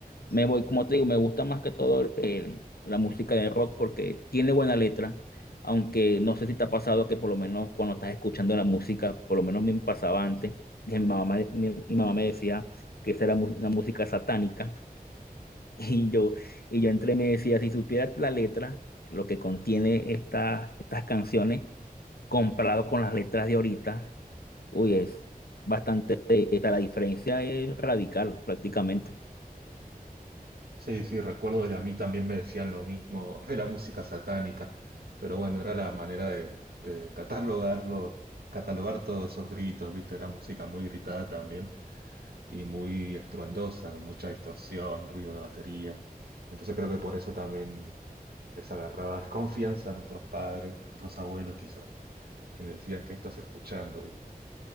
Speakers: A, on the left; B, on the right.
A: Me voy, como te digo, me gusta más que todo el- la música de rock porque tiene buena letra, aunque no sé si te ha pasado que por lo menos cuando estás escuchando la música, por lo menos me pasaba antes, que mi mamá, me- mi, mi mamá me decía que esa era mu- una música satánica. Y yo, y yo entre me decía, si supieras la letra, lo que contiene esta- estas canciones, comparado con las letras de ahorita, uy, es bastante, esta- la diferencia es radical prácticamente.
B: Sí, sí, recuerdo y a mí también me decían lo mismo de la música satánica, pero bueno, era la manera de, de catalogarlo, catalogar todos esos gritos, ¿viste? Era música muy gritada también. y muy estruendosa, con mucha distorsión, ruido de batería. Entonces creo que por eso también les agarraba desconfianza a nuestros padres, nuestros abuelos quizás, que me decían, ¿qué estás escuchando? ¿Viste?